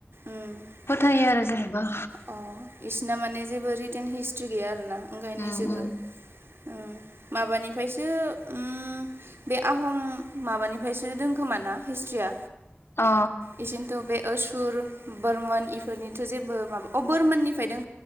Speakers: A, on the right; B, on the left.
A: उम
B: फोथायो आरो जेनोबा।
A: अ बिसिना माने जेबो रिटेन हिस्ट्रि गैया आरोना ओंखायनो
B: उम
A: इसोरबो
B: उम
A: उम माबानिफ्रायसो उम, बे आहम माबानिफ्रायसो दंखोमा ना हिस्ट्रिया?
B: अ
A: इसेनोथ' बे ओसुर बोरमोन इफोरनिथ' जेबो माबा अ' बोरमोननिफ्राय दों।